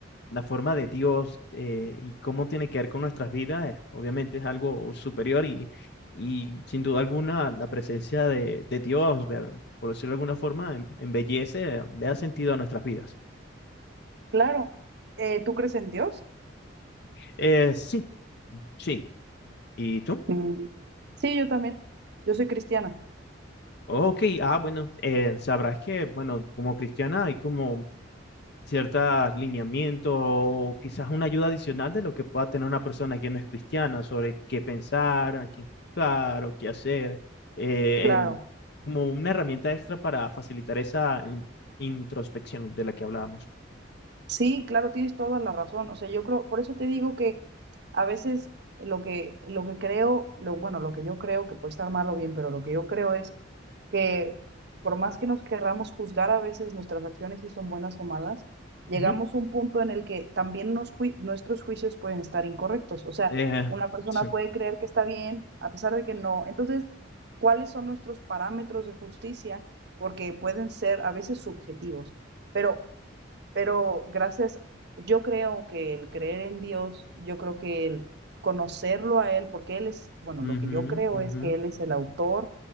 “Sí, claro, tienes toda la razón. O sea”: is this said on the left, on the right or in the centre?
Right